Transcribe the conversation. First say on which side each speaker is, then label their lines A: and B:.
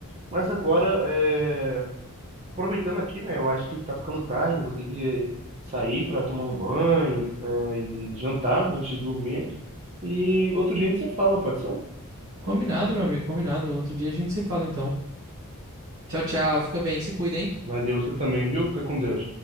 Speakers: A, on the right; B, on the right.
A: Mas agora, é Aproveitando aqui, né? Eu acho que tá ficando tarde, vou ter que eh, sair para tomar um banho, eh, e jantar antes de dormir. E outro dia a gente se fala, pode ser?
B: Combinado, meu amigo, combinado. Outro dia a gente se fala então. Tchau, tchau. Fica bem, se cuida, hein?
A: Valeu, você também, viu? Fica com Deus.